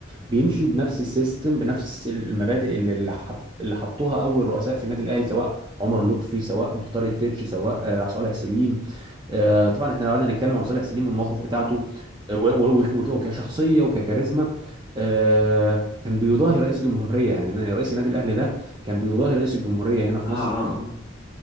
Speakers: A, on the right (about 20°); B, on the left (about 20°).
A: بيمشي بنفس السيستم بنفس المبادئ اللي اللي حط... اللي حطوها اول رؤساء في النادي الاهلي سواء عمر لطفي سواء مختار التتش سواء آه، صالح سليم آه، طبعا احنا لو قعدنا نتكلم عن صالح سليم والمواقف
B: مصطفى
A: بتاعته
B: اه
A: آه، و- و- وك- وك- وكشخصيه وككاريزما آه، كان بيضاهي رئيس جمهوريه يعني رئيس النادي الاهلي ده كان بيضاهي رئيس الجمهورية هنا في
B: اه
A: مصر
B: اه